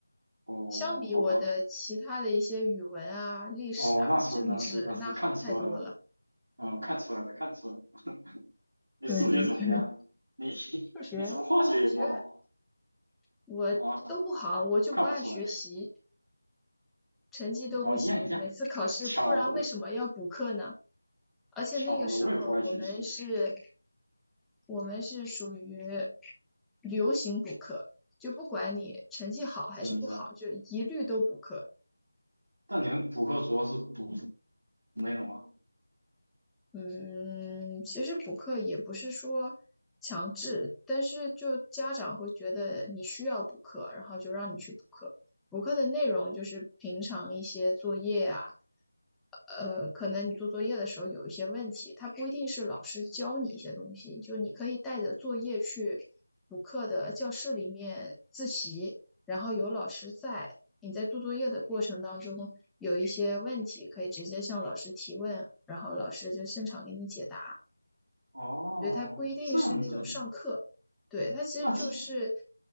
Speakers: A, on the right; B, in the centre.
A: 哦，
B: 相比我的其他的一些语文啊、
A: 好吧，
B: 历史啊、
A: 哦，那是那是那是看出来了，
B: 政治，那好太多了。
A: 嗯，看出来了，看出来了。你数学怎么样？
B: 对对对，<laughs>
A: 你 <laughs>
B: 数学。
A: 你怎么化学也不好
B: 数学。我都不好，
A: 啊？
B: 我就不爱学习，
A: 我看不出来，
B: 成绩都不行，
A: 哦，一样一样，
B: 每次考试，
A: 巧了。
B: 不然为什么要补课呢？而且那个时候我们是，
A: 巧了，我也不爱学习，
B: 我们是属于流行补课，就不管你成绩好还是不好，
A: 什么意思啊？
B: 就一律都补课。
A: 但你们补课主要是补什么内容啊？
B: 嗯，其实补课也不是说强制，但是就家长会觉得你需要补课，然后就让你去补课。补课的内容就是平常一些作业啊，呃，可能你做作业的时候有一些问题，它不一定是老师教你一些东西，就你可以带着作业去补课的教室里面自习，然后有老师在，你在做作业的过程当中有一些问题，可以直接向老师提问，然后老师就现场给你解答。
A: 哦，
B: 所以它不一定是那种上课，
A: 这样子，
B: 对，它其实就是
A: 那其